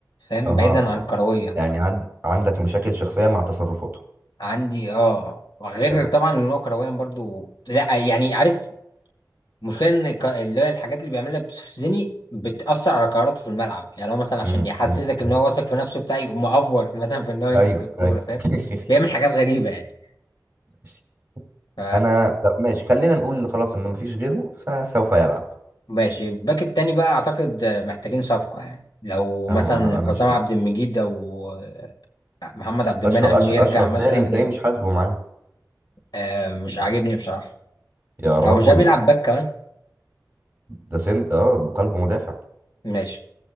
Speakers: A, on the left; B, on the right.
A: فاهم
B: أها
A: بعيدا
B: أها
A: عن كرويا
B: يعني عند عندك مشاكل شخصية مع تصرفاته
A: عندي اه وغير
B: تمام
A: طبعا ان هو كرويا برضو لا يعني عارف المشكله ان ك- اللي هي الحاجات اللي بيعملها بتستفزني بتاثر على قراراته في الملعب يعني هو مثلا عشان
B: مم،
A: يحسسك
B: مم، مم.
A: ان هو واثق في نفسه بتاعي يقوم مأفور <laughs> مثلا في ان هو يمسك
B: أيوه
A: الكوره
B: أيوه
A: فاهم
B: <laughs>
A: بيعمل حاجات غريبه يعني
B: ماشي.
A: ف
B: أنا طب ماشي خلينا نقول خلاص إن مفيش غيره س- سوف يلعب
A: ماشي الباك التاني بقى اعتقد محتاجين صفقه يعني لو مثلا
B: أهو أنا أنا
A: حسام
B: شايف
A: عبد المجيد او محمد عبد المنعم
B: أشرف
A: يرجع
B: أشرف
A: مثلا
B: داري أنت ليه مش حاسبه معانا
A: آه، مش عاجبني بصراحه
B: يا رجل
A: هو مش ده بيلعب باك كمان
B: ده سنت اه قلب مدافع
A: ماشي